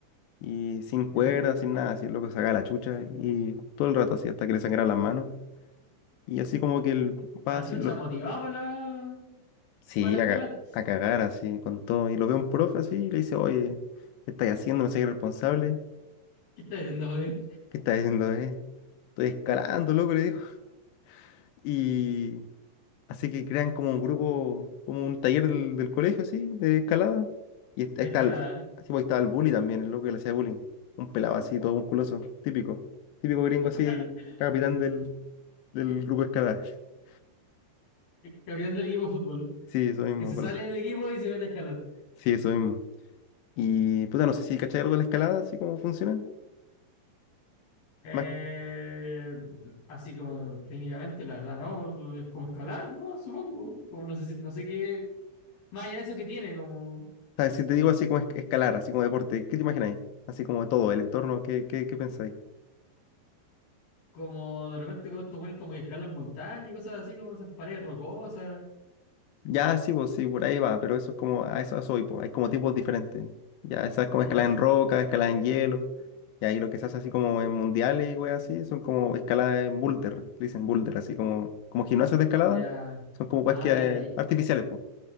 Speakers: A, on the left (about 75°); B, on the left (about 55°).
A: Y sin
B: ¿ya?
A: cuerda, sin nada, así el loco sacaba la chucha y todo el rato así hasta que le sangraran las manos. Y así como que él
B: Ah,
A: va así,
B: chucha,
A: lo-
B: motivado para la,
A: sí,
B: para la escala.
A: a, ca- a cagar así con todo. Y lo ve un profe así y le dice, oye, ¿qué estás haciendo? No soy irresponsable.
B: ¿Qué estás diciendo, güey?
A: ¿Qué estás haciendo, eh? Estoy escalando, loco, le dijo. <laughs> y Así que crean como un grupo, como un taller del, del colegio, así, de escalada. Y est-
B: de
A: ahí está
B: escalada.
A: el, así, pues, ahí estaba el bully también, el loco que le hacía bullying. Un pelado así, todo musculoso, típico. Típico gringo
B: <laughs>
A: así, capitán del, del grupo de escalada. <laughs>
B: Campeón del equipo de fútbol,
A: Sí, eso mismo,
B: que se
A: Nicolás.
B: sale del equipo y se mete a escalar.
A: Sí, eso mismo. Y puta, no sé si cachai algo de la escalada, así como funciona.
B: Eh,
A: Más,
B: así como técnicamente, la verdad, no, es como escalar, ¿no? Supongo. Como no sé, si- no sé qué Más allá de eso que tiene, como,
A: ¿sabes? Si te digo así como es- escalar, así como deporte, ¿qué te imagináis? Así como todo, el entorno, ¿qué, qué, qué pensáis?
B: como de repente como estos buenos como que escalan montañas y cosas así, como esas paredes rocosas,
A: Ya, sí, pues sí, por ahí va, pero eso es como, a eso, a eso voy, pues, hay como tipos diferentes. Ya, esa es como
B: ¿ya?
A: escalada en roca, escalada en hielo, y ahí lo que se hace así como en mundiales y weas así, son como escaladas en boulder, le dicen boulder, así como, como gimnasios de escalada,
B: Ya.
A: son como weas
B: Ah,
A: que,
B: ya.
A: eh,
B: y-
A: artificiales, pues,